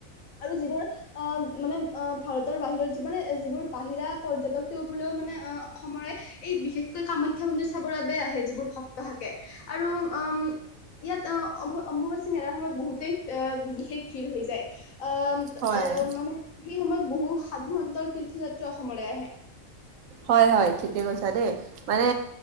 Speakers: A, on the left; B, on the right.
A: আৰু যিবোৰ, আহ, মানে ভাৰতৰ বাহিৰত যিমানে যিবোৰ বাহিৰা পৰ্যটক তেওঁ বোলেও মানে অ' অসমৰে এই বিশেষকৈ কামাখ্যা মন্দিৰ চাবৰ বাবে আহে। যিবোৰ ভক্ত থাকে, আৰু উম ইয়াত অম-অম্বুবাচী মেলাৰ সময়ত বহুতেই আহ বিশেষ ভিৰ হৈ যায়। অ'
B: হয়
A: অ' মানে সেই সময়ত বহু সাধু-সন্তৰ তীৰ্থযাত্ৰা। অসমলৈ আহে
B: হয় হয় ঠিকে কৈছা দেই মানে